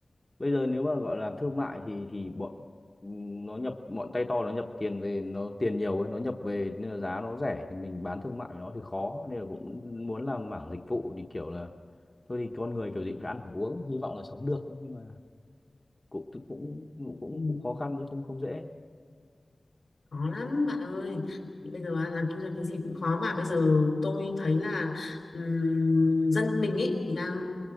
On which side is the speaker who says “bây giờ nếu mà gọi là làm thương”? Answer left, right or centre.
Left